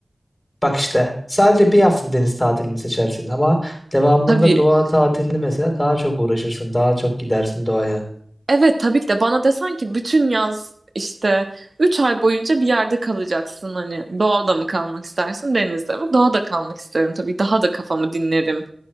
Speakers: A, on the left; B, on the right.
A: Bak işte sadece bir hafta deniz tatilini seçersin ama devamında
B: Tabii
A: doğa tatilini mesela daha çok uğraşırsın, daha çok gidersin doğaya.
B: Evet tabii ki de bana desen ki bütün yaz işte 3 ay boyunca bir yerde kalacaksın hani doğada mı kalmak istersin denizde mi? Doğada kalmak isterim tabii daha da kafamı dinlerim